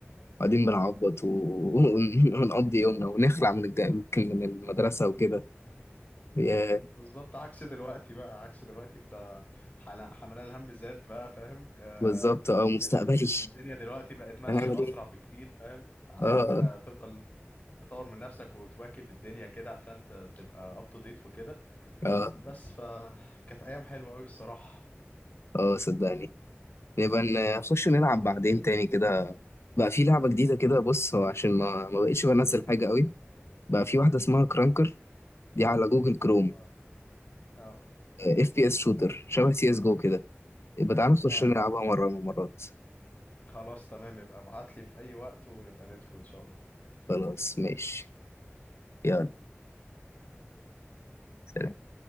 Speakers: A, on the left; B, on the left.
A: وقاعدين بنعبط و- ون- ونقضي يومنا ونخلع من الج... من المدرسه وكده يا
B: بالظبط عكس دلوقتي بقى عكس دلوقتي انت حل- حملان الهم زاد بقى فاهم آه
A: بالظبط اه مستقبلي
B: ال... الدنيا دلوقتي بقت ماشيه
A: هنعمل ايه
B: اسرع بكتير فاهم عايز
A: اه
B: بقى تفضل تطور من نفسك وتواكب الدنيا كده عشان ت- تبقى up to date وكده
A: اه
B: بس فكانت ايام حلوه قوي الصراحه
A: اه صدقني نبقى نخش نلعب بعدين تاني كده بقى في لعبة جديدة كده بص هو عشان ما ما بقتش بنزل حاجة قوي بقى في واحدة اسمها كرانكر دي على جوجل كروم
B: اه اه
A: اف بي اس شوتر شبه سي اس جو كده يبقى تعالى نخش
B: اه
A: نلعبها مرة من المرات
B: خلاص تمام يبقى ابعت لي في اي وقت ونبقى ندخل ان شاء الله
A: خلاص ماشي يلا سلام